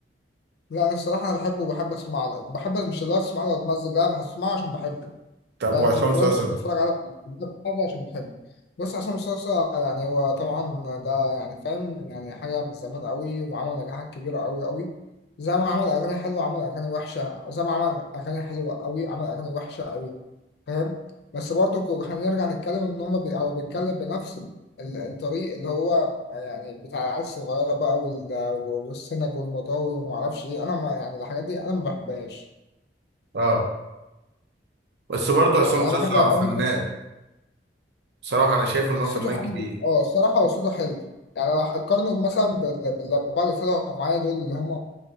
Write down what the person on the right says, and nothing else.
طب
وعصام
صاصا
اه بس برضه
عصام صاصا
فنان بصراحة انا شايف ان هو
فنان
كبير